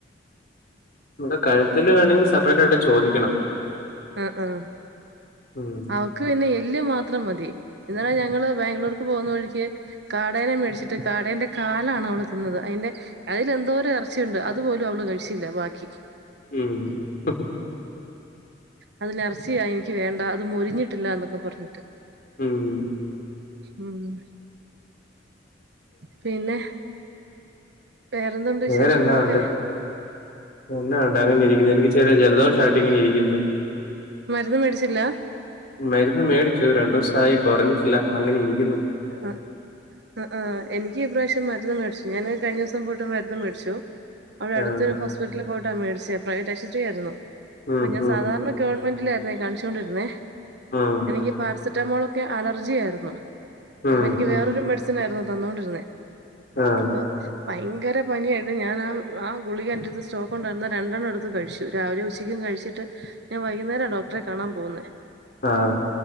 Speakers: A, on the left; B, on the right.
A: ഇവടെകഴുത്തെല്ല്‌വേണങ്കി സെപ്പറേറ്റ് ആയിട്ട് ചോദിക്കണം.
B: ആഹ് ആഹ്
A: ഉം
B: അവക്ക് പിന്നെ എല്ല്മാത്രം മതി. ഇന്നാള്ഞങ്ങള് ബാംഗ്ലൂർക്ക് പോകുന്ന വഴിക്ക് കാടേനെ മേടിച്ചിട്ട് കാടേന്റെ കാലാണ് അവള് തിന്നത്. പിന്നെ അതിലെന്തോരം ഇറച്ചിയുണ്ട് അത്പോലും അവള് കഴിച്ചില്ല ബാക്കി
A: മ്
B: അതില ഇറച്ചിയാ എനിക്ക് വേണ്ട അത് മൊരിഞ്ഞിട്ടില്ല എന്നൊക്കെ പറഞ്ഞിട്ട്
A: ഉം
B: മ് പിന്നെ വേറെന്തുണ്ട്
A: വേറെന്താ
B: വിശേഷങ്ങളൊക്കെ
A: ഉണ്ട് എന്നാ ഉണ്ട് അങ്ങനെ ഇരിക്കുന്നത് എനിക്ക് ചെറിയ ജലദോഷായിട്ട് എങ്ങനെ ഇരിക്കുന്നു
B: മരുന്ന് മേടിച്ചില്ല
A: മരുന്ന് മേടിച്ചു രണ്ടു ദിവസായി കെറഞ്ഞിട്ടില്ല അങ്ങനെ ഇരിക്കുന്നു
B: ആഹ ആ് ആ് എനിക്ക്ഈ പ്ര്രാവശ്യം മരുന്ന് മേടിച്ചു ഞാന് കഴിഞ്ഞോ സം പോയിട്ട് മരുന്ന് മേടിച്ചു. അയുടെ അട്ത്തൊരു
A: ആഹ്
B: ഹോസ്പിറ്റെൽ പോയിട്ടാ മേടിച്ചെ പ്രൈവറ്റ് ആശുപത്രിയായിരുന്നു.
A: ഉം
B: അപ്പൊ ഞാൻ
A: ഉം
B: സാധാരണ ഗവൺമെന്റിലായിരുന്നേ കാണിച്ചൊണ്ടിരുന്നെ
A: ഉം
B: എനിക്ക് പാരസ... സനമോൾക് അലർജി ആയിരുന്നു
A: ഉം
B: അപ്പൊ എനിക്ക്
A: ഉം
B: വേറൊരു മെഡിസിൻ ആയിരുന്നു തന്നൊണ്ടിരുന്നേ.
A: ആഹ്
B: ആ ഭയങ്കര പനിയായിര്ന്ന്ഞാൻ ആ ഗുളിക എന്റെ അടുത്ത് സ്റ്റോക്ക് ഉണ്ടായിരുന്ന രണ്ടെണ്ണം എടുത്ത് കഴിച്ചു രാവിലെ ഉച്ചക്ക... <inaudible> കഴിച്ചിട്ട് ഞാൻ വൈകുന്നേരാ ഡോക്ടറെ കാണാൻ പോവുന്നേ
A: ആഹ